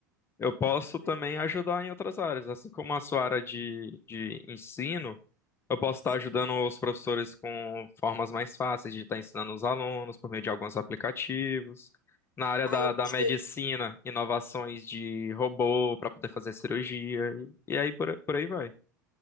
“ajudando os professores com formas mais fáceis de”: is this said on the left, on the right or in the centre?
Left